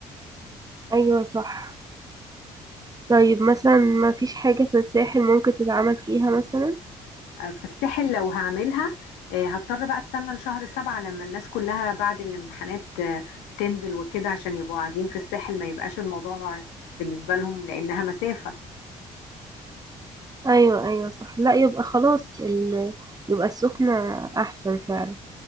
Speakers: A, on the right; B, on the left.
A: ايوه صح طيب مثلا ما فيش حاجة في الساحل ممكن تتعمل فيها مثلا
B: آه، فالساحل لو هعملها آه، هضطر بقى استنى لشهر سبعة لما الناس كلها بعد الامتحانات آه، تنزل وكده عشان يبقوا قاعدين في الساحل ما يبقاش الموضوع بالنسبة لهم لأنها مسافة
A: ايوه ايوه صح لا يبقى خلاص ال... يبقى السخنة احسن فعلا